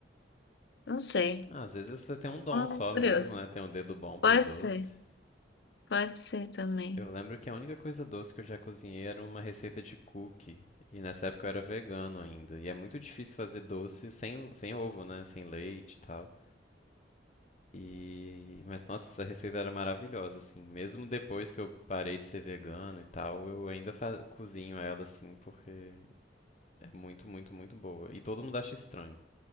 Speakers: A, on the left; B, on the left.
A: não sei.
B: Ah, às vezes você tem um dom
A: Ah,
B: só
A: curioso.
B: mesmo, né? Tem um dedo bom pra
A: Pode
B: doce.
A: ser, pode ser também.
B: Eu lembro que a única coisa doce que eu já cozinhei era uma receita de cookie. E nessa época eu era vegano ainda. E é muito difícil fazer doce sem, sem ovo, né? Sem leite e tal. E... Mas nossa, essa receita era maravilhosa, assim. Mesmo depois que eu parei de ser vegano e tal, eu ainda fa- cozinho ela, assim, porque é muito, muito, muito boa. E todo mundo acha estranho.